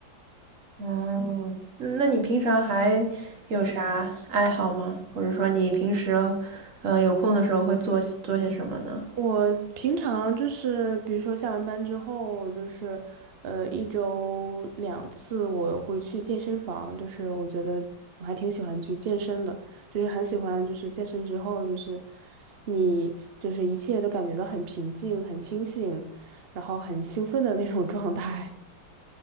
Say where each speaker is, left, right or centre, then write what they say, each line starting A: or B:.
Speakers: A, on the right; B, on the right.
A: 嗯，那你平常还有啥爱好吗？或者说你平时，呃，有空的时候会做些做些什么呢？
B: 我平常就是，比如说下完班之后，就是，呃，一周两次我会去健身房，就是我觉得我还挺喜欢去健身的，就是很喜欢，就是健身之后，就是你就是一切都感觉到很平静、很清醒，然后很兴奋的那种状态。